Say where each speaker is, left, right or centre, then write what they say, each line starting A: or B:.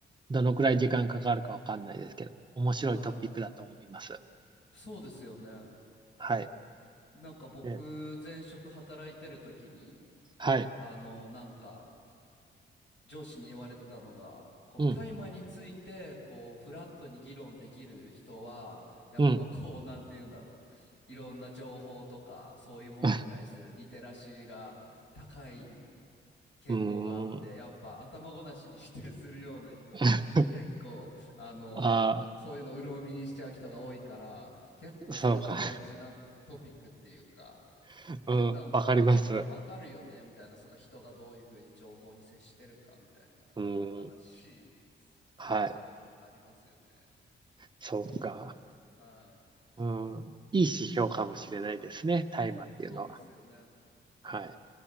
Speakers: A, on the right; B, on the left.
A: どのくらい時間かかるかわかんないですけど、面白いトピックだと思います。
B: はい。そうですよね。
A: はい。
B: なんか僕、
A: え
B: 前職働いてる時に、
A: はい。
B: あの、なんか、上司に言われてたのが、こう、
A: うん。
B: 大麻について、こう、フラットに議論できる人は、やっぱこう、
A: うん。
B: なんて言うんだろう。いろんな情報とか、そういうものに対するリテラシーが高い
A: <laughs>
B: 傾向があって、
A: うーん。
B: やっぱ頭ごなしに否定するような人は結構、
A: <laughs>
B: あの、
A: あ
B: そういうの鵜呑みにしちゃう人が多いから、結構それって大事なトピックっていうか、
A: あ、そうか。<laughs> うん。
B: なんか結構わかるよねみたいな、
A: わかります。
B: その人がどういうふうに情報に接してるかみたいな話し
A: うん。はい。
B: たこととかありますよね。
A: そうか。
B: はい。
A: うん。いい指標かもしれないですね。
B: うん
A: 大麻っていうのは。
B: そうですよね。
A: はい。